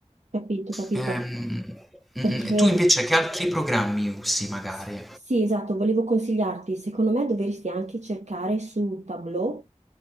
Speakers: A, on the right; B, in the centre.
A: Capito, capito.
B: Ehm,
A: Perché...
B: mm, tu invece che altri programmi usi magari?
A: S- Sì, esatto, volevo consigliarti, secondo me dovresti anche cercare su Tableau